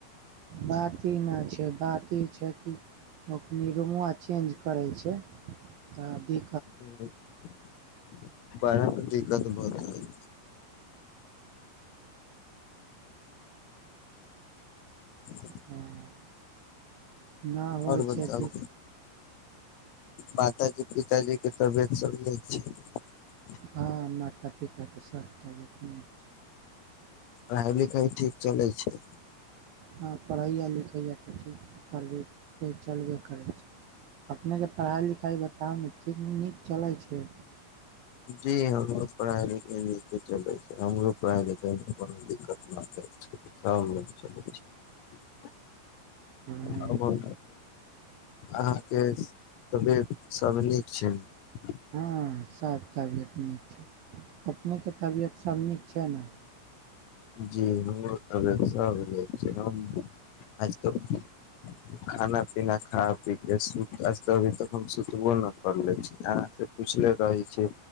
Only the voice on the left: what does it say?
<unintelligible> बढ़त दिक्कत बहुत हय। <unintelligible>
आओर बताउ
माताजी, पिताजी के तबियत सब नीक छै?
पढ़ाय लिखाय ठीक चलै छै?
जी हमरो पढ़ाय नीके नीक से चले छै, हमरो पढ़ाय लिखायमे कोनो दिक्कत न छै, ठीके सब नीक चलै छै।
आबो <unintelligible> अहाँके तबियत सब नीक छै ने?
जी हमर तबियत सब नीक छै, हम आजकल खाना पीना खा पी के सुत आज तो अभी तक हम सुतबो न करले छी, अहाँ से पुछले रहे छी